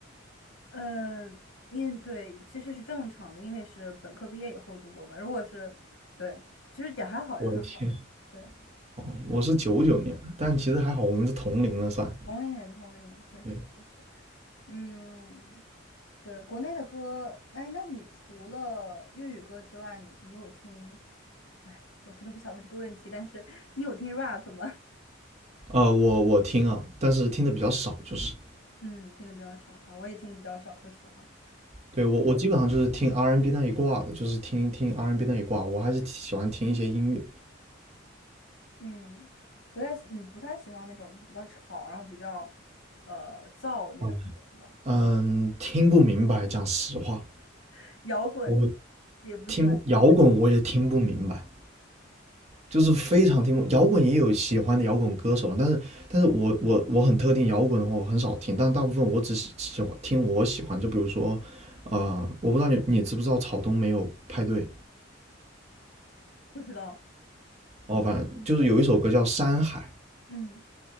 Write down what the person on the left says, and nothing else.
呃，因对其实是正常的，因为是本科毕业以后读博嘛，如果是对，其实也还好，
也还好，对，
同龄人，同龄人，确实确实，
嗯，对，国内的歌，哎，那你除了粤语歌之外，你你有听？哎，我真的不想问这个问题，但是你有听 rap 吗？
<laughs> 嗯，听的比较少哈，我也听的比较少，说实话。
嗯，不太喜，你不太喜欢那种就是比较吵，然后比较呃燥的那种歌，
是吧？
<laughs> 摇滚
也不喜欢听
不知道。
嗯。